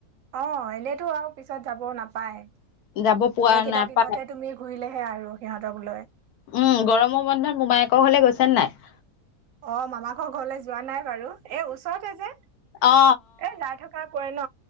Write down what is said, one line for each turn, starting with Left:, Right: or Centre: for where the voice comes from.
Right: অ এনেতো আৰু পিছত যাবও নাপায় এইকেইটা
Left: যাব পোৱা নাপায়
Right: দিনতে তুমি ঘূৰিলেহে আৰু সিহঁতক লৈ
Left: উম গৰমৰ বন্ধত মোমায়েকৰ ঘৰলে গৈছে নাই?
Right: অ মামাকৰ ঘৰলৈ যোৱা নাই বাৰু। এ ওচৰতে যে
Left: অ
Right: এ যাই থকা পৰে ন